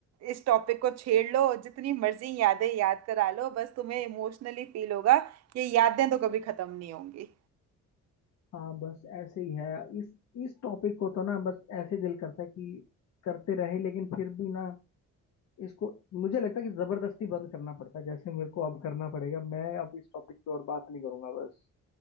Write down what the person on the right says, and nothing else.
इस टॉपिक को छेड़ लो जितनी मर्जी यादें याद करा लो बस तुम्हें इमोशनली फील होगा ये यादें तो कभी खत्म नहीं होंगी